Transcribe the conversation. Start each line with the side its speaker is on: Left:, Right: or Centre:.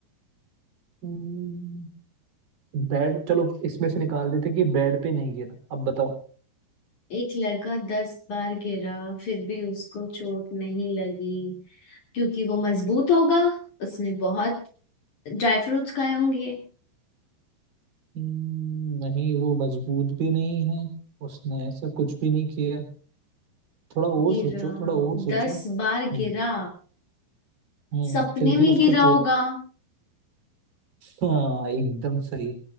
Right: हम्म, बेड चलो इसमें से निकाल देते कि बेड पे नहीं गिरा अब बताओ
Left: एक लड़का दस बार गिरा फिर भी उसको चोट नहीं लगी क्योंकि वो मजबूत होगा उसने बहुत ड्राई फ्रूट्स खाए होंगे
Right: हम्म, नहीं वो मजबूत भी नहीं है उसने ऐसा कुछ भी नहीं किया थोड़ा और
Left: गिरा
Right: सोचो थोड़ा और सोचो
Left: दस बार
Right: हम्म
Left: गिरा
Right: हम्म
Left: सपने
Right: फिर भी
Left: में
Right: उसको
Left: गिरा
Right: चोट
Left: होगा
Right: हाँ एकदम सही